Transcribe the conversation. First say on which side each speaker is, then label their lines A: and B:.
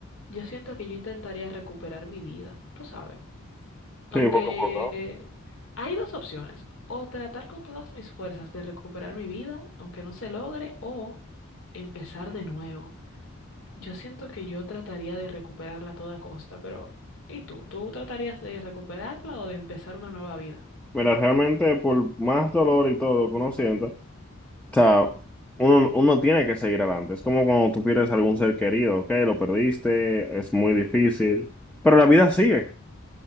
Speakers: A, on the left (about 70°); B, in the centre.
A: yo siento que yo intentaría recuperar mi vida, tú sabes. Aunque
B: Sí, poco a poco.
A: hay dos opciones. O tratar con todas mis fuerzas de recuperar mi vida, aunque no se logre, o empezar de nuevo. Yo siento que yo trataría de recuperarla a toda costa, pero ¿y tú? ¿Tú tratarías de recuperarla o de empezar una nueva vida?
B: Mira, realmente por más dolor y todo que uno sienta, o sea, uno, uno tiene que seguir adelante. Es como cuando tú pierdes algún ser querido, ok, lo perdiste, es muy difícil, pero la vida sigue.